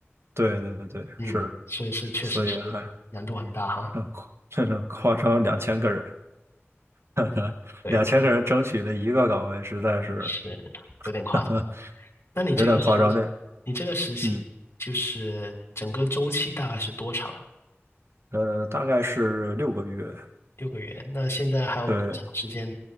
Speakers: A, on the right (about 70°); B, on the left (about 70°).
A: 对对对是，
B: 嗯，所以是确实是
A: 所以还
B: 难度很大哈，
A: 很夸这种夸张两千个人，<laughs>
B: 对，
A: 两千个人争取的一个岗位，实在是
B: 是有点夸张。
A: <laughs>
B: 那你这个实，
A: 有点夸张的。那
B: 你这个实习就是整个周期大概是多长？
A: 嗯，呃，大概是六个月，
B: 六个月，那现在还有多长时间
A: 对，